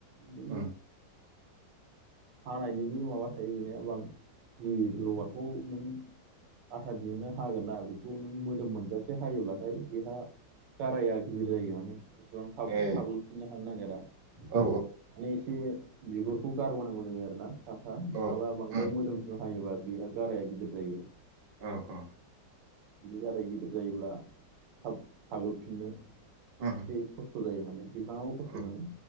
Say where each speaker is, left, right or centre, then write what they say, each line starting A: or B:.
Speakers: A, on the right (about 80°); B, on the right (about 70°).
A: बिदिनो
B: उम
A: हानायनिबो माबा थायो बेनिया बा जि लबारखौ नों आथा दिहुननो हागोन ना बेखौ नों मोदोम मोनजासे हायोब्लाथाय बेहा गाराया गिदिर जायो माने बेसेबां थाब
B: ए
A: साग्लोबफिननो हानो नागिरा माने
B: औ
A: एसे बिगुरखौ गारबोनांगौ जायो आरो ना साफा नङाबा
B: औ
A: बांद्राय
B: उम
A: मोदोमसिम हायोबा बेहा गाराया गिदिर जायो
B: औ औ
A: बिदि गाराय गिदिर जायोब्ला थाब साग्लोबफिननो एसे
B: उम
A: खस्थ' खस्थ' जायो माने बिफाङाबो खस्थ'
B: उम
A: मोनो